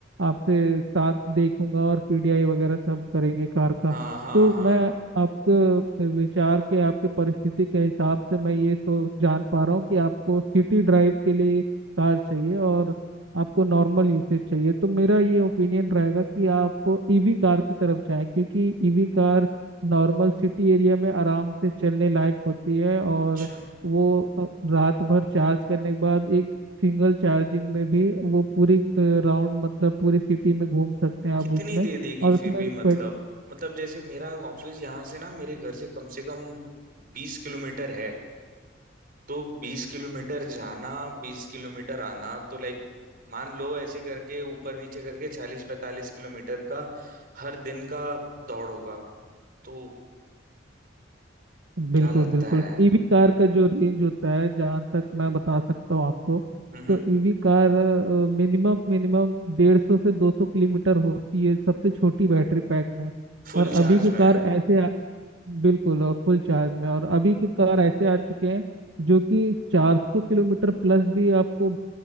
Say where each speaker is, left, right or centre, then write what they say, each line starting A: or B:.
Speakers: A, on the right; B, on the right.
A: आपसे साथ देखूंगा और पीडीआई वगैरह सब करेंगे कार का
B: हाँ हाँ
A: तो
B: हाँ
A: मैं आपके विचार के आपके परिस्थिति के हिसाब से मैं ये सोच जान पा रहा हूँ कि आपको सिटी ड्राइव के लिए कार चाहिए और आपको नॉर्मल यूसेज चाहिए तो मेरा ये ओपिनियन रहेगा कि आप ईवी कार की तरफ जाएं क्योंकि EV car normal city area में आराम से चलने लायक होती है और
B: अच्छा
A: वो अ, रात भर चार्ज करने के बाद एक सिंगल चार्जिंग में भी वो पूरी राउंड मतलब पूरी सिटी में घूम सकते हैं आप
B: कितनी
A: उसमें
B: दे देगी
A: और उसमें
B: फिर भी मतलब
A: पेट
B: मतलब जैसे मेरा ऑफिस यहाँ से ना मेरे घर से कम से कम बीस किलोमीटर है तो बीस किलोमीटर जाना बीस किलोमीटर आना तो लाइक मान लो ऐसे करके ऊपर नीचे करके चालीस पैंतालीस किलोमीटर का हर दिन का दौड़ होगा तो
A: बिल्कुल
B: क्या लगता
A: बिल्कुल
B: है
A: ईवी कार का जो रेंज होता है जहाँ तक मैं बता सकता हूँ आपको
B: हम्म हम्म।
A: तो ईवी कार मिनिमम मिनिमम डेढ़ सौ से दो सौ किलोमीटर होती है सबसे छोटी बैटरी पैक में
B: फुल
A: और अभी
B: चार्ज
A: की कार
B: में
A: ऐसे बिल्कुल और फुल चार्ज में और अभी के कार ऐसे आ चुके हैं जो कि 400 किलोमीटर प्लस भी आपको